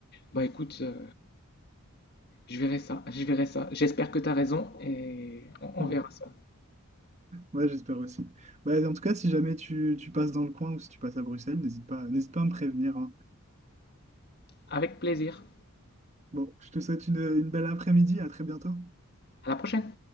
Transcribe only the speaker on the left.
Bah écoute, euh, je verrai ça, je verrai ça. J'espère que tu as raison et on
on verra ça.
Avec plaisir.
À la prochaine.